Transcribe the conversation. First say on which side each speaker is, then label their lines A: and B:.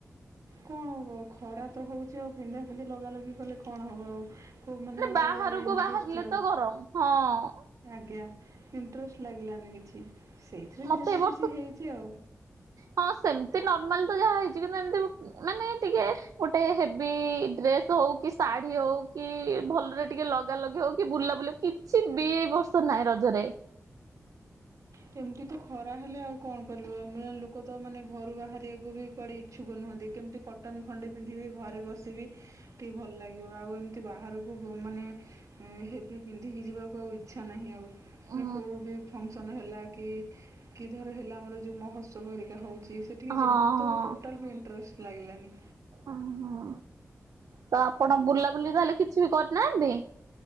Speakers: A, on the right; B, on the right.
A: କଣ ହବ ଖରା ତ ହୋଉଚି ଆଉ ପିନ୍ଧା ଫିନ୍ଧି ଲଗା ଲଗି କଲେ କଣ ହବ ଆଉ। କୋଉ ମାନେ ଗୋଟେ
B: ବାହାରକୁ
A: ଇଣ୍ଟ୍ରେଷ୍ଟ
B: ବାହାରିଲେ
A: ଆଉ।
B: ତ ଗରମ ହଁ
A: ଆଜ୍ଞା ଇଣ୍ଟରେଷ୍ଟ ଲାଗିଲାନି କିଛି ସେଇଥିରେ
B: ମତେ
A: ବି ଯାହା
B: ଏ ବର୍ଷ
A: କିଛି ହେଇଛି ଆଉ
B: ହଁ ସେମିତି ନର୍ମାଲ ତ ଯାହା ହେଇଛି କିନ୍ତୁ ଏମିତି ମାନେ ଟିକେ ଗୋଟେ ହେଭି ଡ୍ରେସ୍ ହୋଉ କି ଶାଢୀ ହୋଉ କି ଭଲରେ ଟିକେ ଲ ଲଗା ଲଗି ହୋଉ କି ବୁଲା ବୁଲି କିଛି ବି ଏ ବର୍ଷ ନାହିଁ ରଜରେ।
A: କେମତି ତ ଖରା ହେଲେ ଆଉ କଣ କରିବ ଲୋକ ତ ମାନେ ଘରୁ ବାହାରିବାକୁ ବି କୁଆଡେ ଇ ଛୁକି ନୁହନ୍ତି କେମିତି କଟନ ଖଣ୍ଡେ ପିନ୍ଧିବି ଘରେ ବସିବି ଟିକେ ଭଲ ଲାଗିବ ଆଉ ଏମିତି ବାହାରକୁ ବୁ ମାନେ ହୁଁ ହେଭି ପିନ୍ଧିକି ଯିବାକୁ ଆଉ ଇଚ୍ଛା ନାହିଁ ଆଉ ମାନେ
B: ଉଁ
A: କୋଉ ବି ଫଙ୍କସନ୍ ମାନେ ହେଲା କି କି ଧର ହେଲା ଆମର ଯୋଉ ମହୋତ୍ସବ ହେରିକା ହଉଛି ସେ ଟିକେ
B: ହଁ
A: ଯିବାକୁ
B: ହଁ।
A: ତ ଟୋଟାଲ୍ ବି ଇଣ୍ଟରେଷ୍ଟ ଲାଗିଲାନି।
B: ଓହୋ ତ ଆପଣ ବୁଲାବୁଲି ତାହେଲେ କିଛି ବି କରିନାହାନ୍ତି?